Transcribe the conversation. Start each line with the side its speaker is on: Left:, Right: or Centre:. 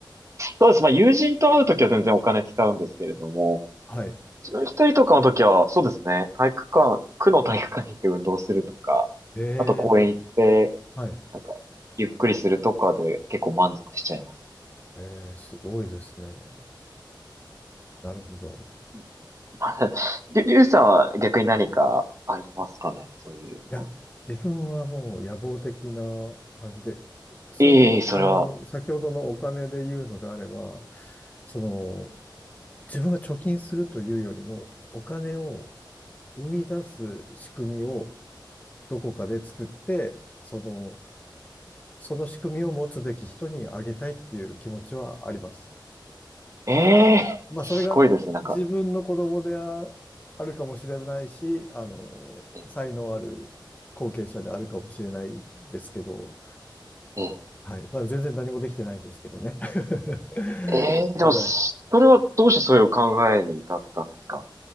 Right: そうです。まあ、友人と会うときは全然お金使うんですけれども、
Left: はい。
Right: 自分一人とかのときは、そうですね、体育館、区の体育館に行って運動するとか、
Left: ええ、
Right: あと公園行って、
Left: はい。
Right: なんか、ゆっくりするとかで結構満足しちゃいます
Left: ええ、すごいですね。なるほど。
Right: ね。<laughs> はいりゅ、りゅうさんは逆に何かありますかねそういうような。
Left: はいいや、自分はもう野望的な感じで、その、
Right: ええ、それは。
Left: あの、先ほどのお金で言うのであれば、その、自分が貯金するというよりも、お金を生み出す仕組みをどこかで作って、その、その仕組みを持つべき人にあげたいっていう気持ちはあります。
Right: ええ、
Left: まあ、
Right: すごいですね。
Left: それが自分の子供であ、
Right: なんか、
Left: あるかもしれないし、あの、
Right: え
Left: 才能ある後継者であるかもしれないですけど、
Right: え、
Left: はい。まあ、全然何もできてないですけどね。<laughs>
Right: ええ、でも、
Left: ただ、
Right: それはどうしてそういう考えに至ったんですか